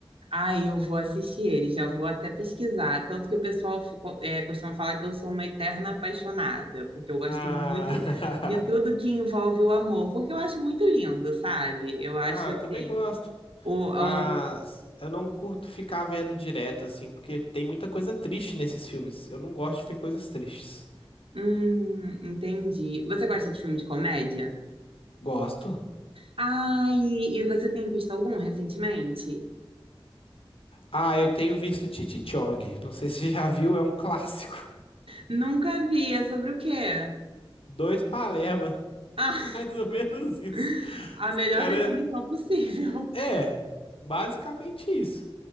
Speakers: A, on the right; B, on the left.
A: Ai, eu vou assistir ele, já vou até pesquisar. Tanto que o pessoal fo- co- é, costuma falar que eu sou uma eterna apaixonada, porque eu gosto
B: Ah,
A: muito de tudo que envolve o amor, porque eu acho muito lindo, sabe? Eu
B: <laughs>
A: acho
B: ah, eu
A: assim.
B: também gosto.
A: O,
B: Mas
A: o...
B: eu não curto ficar vendo direto assim, porque tem muita coisa triste nesses filmes. Eu não gosto de ver coisas tristes.
A: Hum, entendi. Você gosta de filme de comédia?
B: Gosto.
A: Ai, e você tem visto algum recentemente?
B: Ah, eu tenho visto Cheech e Chong. Não sei se você já viu, é um clássico.
A: Nunca vi, é sobre o quê?
B: <laughs> Dois Palermo
A: Ah,
B: <laughs> Mais ou menos isso.
A: <laughs> a
B: Os
A: melhor
B: cara,
A: definição possível.
B: é,
A: <laughs>
B: basicamente isso.